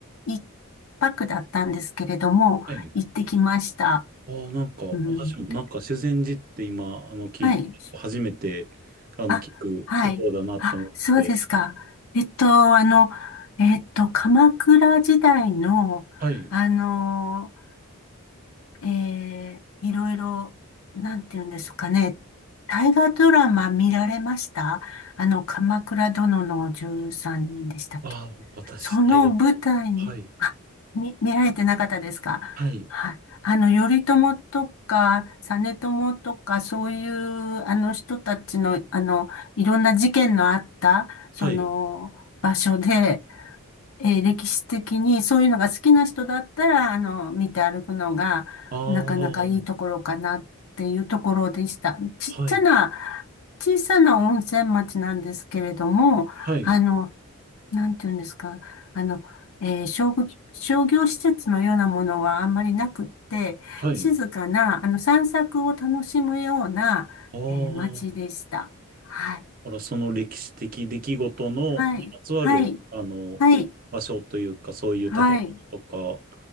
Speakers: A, on the left (about 70°); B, on the right (about 40°).
A: 一泊だったんですけれども、
B: はい。
A: 行ってきました。
B: ああ、なんか、
A: うん。
B: 私もなんか修善寺って今、あの、聞いて、
A: はい。
B: 初めて、あの、
A: あ、
B: 聞くところだなと思って、
A: はい。あ、そうですか。えっと、あの、えっと、鎌倉時代の、
B: はい。
A: あの、えーいろいろ、なんて言うんですかね。大河ドラマ見られましたあの、鎌倉殿の13人でしたっけ
B: ああ、私、
A: その舞台に、
B: 大学、はい、
A: あ、見、見られてなかったですかはい。
B: はい、
A: あの、頼朝とか、実朝とか、そういう、あの人たちの、あの、いろんな事件のあった、その、
B: はい。
A: 場所で、えー歴史的にそういうのが好きな人だったら、あの、見て歩くのが、
B: ああ、
A: なかなかいいところかなっていうところでした。ちっちゃな、
B: はい、
A: 小さな温泉町なんですけれども、
B: はい、
A: あの、なんていうんですか、あの、えー商業、商業施設のようなものはあんまりなくって、
B: はい。
A: 静かな、あの、散策を楽しむような、
B: ああ、
A: えー街でした。
B: だ
A: はい。
B: からその歴史的出来事のにまつわる、
A: はい。はい。
B: あの、
A: はい。
B: 場所というか、そういう建物とか、
A: はい。